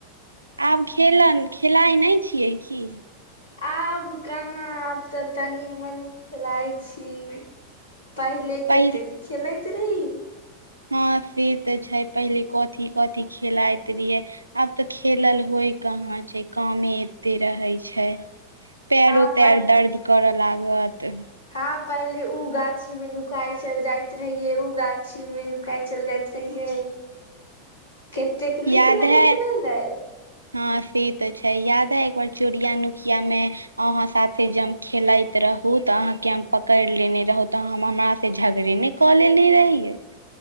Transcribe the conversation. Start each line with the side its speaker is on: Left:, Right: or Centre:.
Right: आब खेलन, खेलाइ नहि छियै की?
Left: आब कहाँ आब तऽ तनी- मनी खेलाय छी। पहिले
Right: पहिल
Left: केतेक खेलैति रहई।
Right: हँ से ते छै पहिले कथी- कथी खेलाइत रियै। आब तऽ खेलल होय कहाँ छै, कामे ते रहै छै, पैरो
Left: हँ
Right: तैर
Left: प
Right: दर्द करअ लागत।
Left: हँ पहिले उ गाछी में नुकाय चल जाइत रहिये, उ गाछी में नुकााय चल जाइत कहियैय, कतेक नीक
Right: याद
Left: लगैत
Right: है
Left: रहलैय।
Right: हँ से त छै, याद अय एक बार चोरिया नुकिया में अहां साथे जम खेलाइत रहु त आहाँ के हम पकड़ लेने रहु तऽ ह हमरा से झगड़े ने क लेने रहियै।